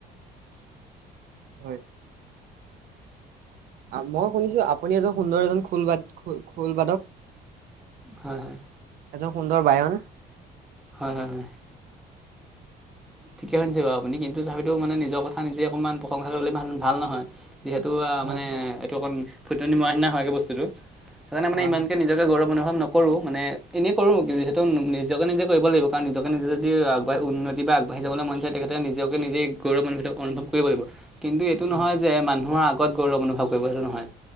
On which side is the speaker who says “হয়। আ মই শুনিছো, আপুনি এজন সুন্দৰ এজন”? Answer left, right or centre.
Right